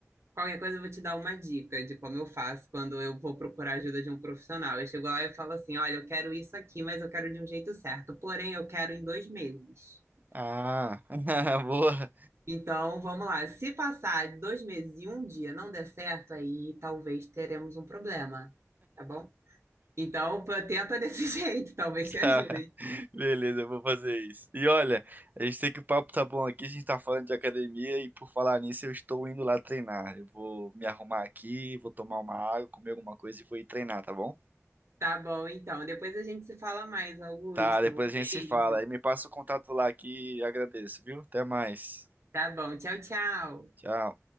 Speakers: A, on the right (about 55°); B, on the right (about 35°).
A: Qualquer coisa eu vou te dar uma dica de como eu faço quando eu vou procurar ajuda de um profissional. Eu chego lá e eu falo assim: olha, eu quero isso aqui, mas eu quero de um jeito certo. Porém, eu quero em dois meses.
B: Ah, <laughs> boa.
A: Então, vamos lá. Se passar dois meses e um dia não der certo, aí talvez teremos um problema, tá bom? Então, pô, tenta desse <laughs> jeito, talvez te ajude.
B: Tá. Beleza, eu vou fazer isso. E olha, a gente tem que o papo tá bom aqui, a gente tá falando de academia e por falar nisso, eu estou indo lá treinar. Eu vou me arrumar aqui, vou tomar uma água, comer alguma coisa e vou ir treinar, tá bom?
A: Tá bom, então. Depois a gente se fala mais, Augusto.
B: Tá, depois
A: Um
B: a
A: beijo.
B: gente se fala. Aí me passa o contato lá que agradeço, viu? Até mais.
A: Tá bom. Tchau, tchau.
B: Tchau.